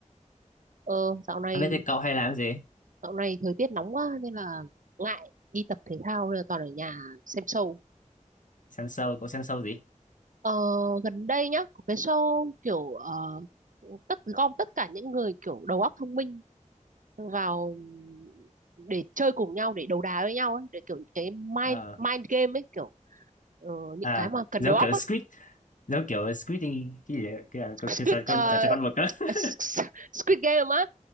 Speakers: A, on the right; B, on the left.
A: ờ dạo này
B: Biết thế cậu hay làm gì?
A: dạo này thời tiết nóng quá nên là ngại đi tập thể thao nên là toàn ở nhà xem show.
B: Xem show, cậu xem show gì?
A: Ờ, gần đây nhá, có cái show kiểu ờ, tất gom tất cả những người kiểu đầu óc thông minh vào để chơi cùng nhau để đấu đá với nhau ấy, để kiểu những cái mind
B: Ờ
A: mind game ấy kiểu ờ, những
B: à
A: cái mà cần
B: giống
A: đầu óc
B: kiểu
A: á.
B: Squid, giống kiểu Squid thì cái gì đấy, cái cái
A: Squid
B: trò chơi
A: ờ,
B: con trò chơi con mực đó. <laughs>
A: <laughs> Squid Game á